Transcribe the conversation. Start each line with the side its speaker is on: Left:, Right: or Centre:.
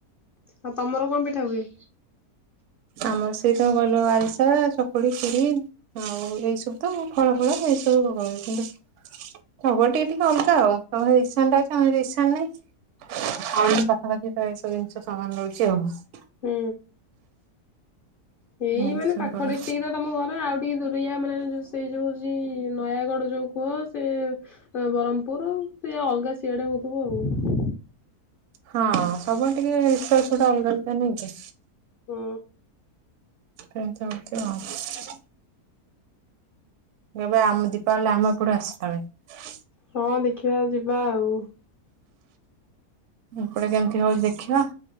Left: ଆଉ ତମର କଣ ପିଠା ହୁଏ?
Right: ଆମ ସେଇତ କହିଲୁ ଆରିସା ଚକୁଳି ଖିରି ଆଉ ଏଇ ସବୁ ତ ଫଳ ଫଳ ଏଇ ସବୁ ଭୋଗହୁଅ କିନ୍ତୁ ସବୁଆଡେ ଟିକେ ଟିକେ ଅଲଗା ଆଉ ତମର ଈଶାଣ ଟା ଅଛି ଆମର ଈଶାଣ ନାଇଁ ଆଉ ପାଖାପାଖି ତ ଏସବୁ ଜିନିଷ ସମାନ ରହୁଛି ଆଉ
Left: ହୁଁ ଏଇ
Right: ଏମିତି
Left: ମାନେ
Right: ସବୁ
Left: ପାଖ
Right: ରହେ।
Left: ଡିଷ୍ଟ୍ରିକ ତ ତମ ଘର ଆଉ ଟିକେ ଦୂରିଆ ମାନେ ସେଇ ଯୋଉ ହଉଛି ନୟାଗଡ଼ ଯୋଉ କୁହ ସେ ବ୍ରହ୍ମପୁର ସେଇ ଅଲଗା ସିଆଡେ ହଉଥିବ ଆଉ
Right: ହଁ ସବୁଆଡେ ଟିକେ ରିଚୁଆଲସ ଗୁଡା ଅଲଗା ଅଲଗା ନାଇଁ କି
Left: ହୁଁ
Right: <inaudible> ଏବେ ଆମ ଦୀପାବଳି ଆମ ଏପଟୁ ଆସିଲାଣି <unintelligible>
Left: ହଁ ଦେଖିବା ଯିବା ଆଉ
Right: ଏପଟେ କେମିତି ହଉଛି ଦେଖିବା